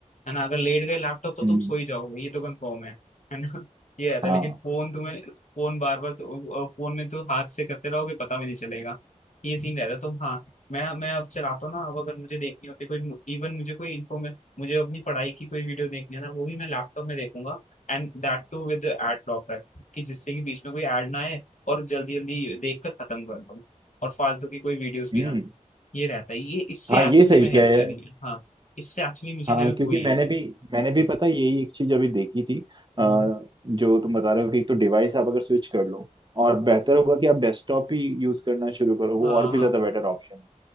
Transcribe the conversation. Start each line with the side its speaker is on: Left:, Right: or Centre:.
Left: है ना अगर लेट गए लैपटॉप तो तुम
Right: हम्म
Left: सो ही जाओगे ये तो कंफर्म है है ना <laughs> ये रहता है तो,
Right: हाँ
Left: लेकिन फोन तुम्हें फोन बार बार फोन में तो हाथ से करते रहोगे पता भी नहीं चलेगा ये सीन रहता है तुम हाँ मैं मैं अब चलाता हूँ ना अब अगर मुझे देखनी होती कोई इवन मुझे कोई इन्फॉर्मेशन मुझे अपनी पढ़ाई की कोई वीडियो देखनी है ना वो भी मैं लैपटॉप में देखूंगा and that too with ad blocker कि जिससे कि बीच में कोई एड ना आए और जल्दी जल्दी देख कर खत्म कर दो और फालतू की कोई वीडियोस भी
Right: हम्म
Left: ना आए ये रहता है ये इससे
Right: हाँ
Left: एक्चुअली
Right: ये सही
Left: में
Right: किया
Left: हेल्प
Right: है
Left: चली है हाँ इससे एक्चुअली मुझे
Right: हाँ
Left: हेल्प
Right: क्योंकि
Left: हुई
Right: मैंने
Left: है
Right: भी मैंने भी पता है, यही एक चीज अभी देखी थी अ,
Left: हम्म,
Right: जो तुम बता रहे हो कि एक तो डिवाइस आप अगर स्विच कर लो और बेहतर होगा कि आप डेस्कटॉप ही यूज करना शुरू करो वो
Left: हाँ
Right: और भी
Left: हाँ
Right: ज्यादा बेटर ऑप्शन है